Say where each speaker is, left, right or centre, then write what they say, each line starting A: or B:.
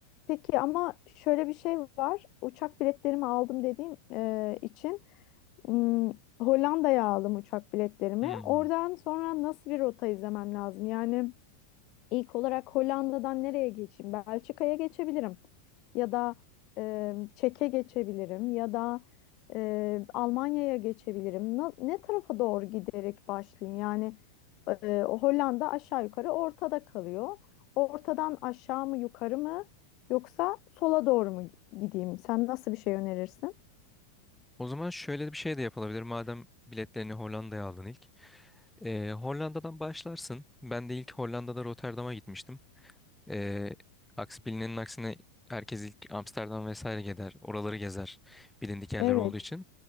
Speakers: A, on the left; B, in the centre.
A: Peki ama şöyle bir şey var. Uçak biletlerimi aldım dediğim e, için. Hmm, Hollanda'ya aldım uçak biletlerimi.
B: Hmm.
A: Oradan sonra nasıl bir rota izlemem lazım? Yani ilk olarak Hollanda'dan nereye geçeyim? Belçika'ya geçebilirim. Ya da e, Çek'e geçebilirim. Ya da e, Almanya'ya geçebilirim. Na- ne tarafa doğru giderek başlayayım? Yani e, o Hollanda aşağı yukarı ortada kalıyor. Ortadan aşağı mı yukarı mı yoksa sola doğru mu gideyim? Sen nasıl bir şey önerirsin?
B: O zaman şöyle bir şey de yapılabilir. Madem biletlerini Hollanda'ya aldın ilk. Ee, Hollanda'dan başlarsın. Ben de ilk Hollanda'da Rotterdam'a gitmiştim. Ee, aksi bilinenin aksine herkes ilk Amsterdam vesaire gider. Oraları gezer. Bilindik yerler
A: Evet,
B: olduğu için.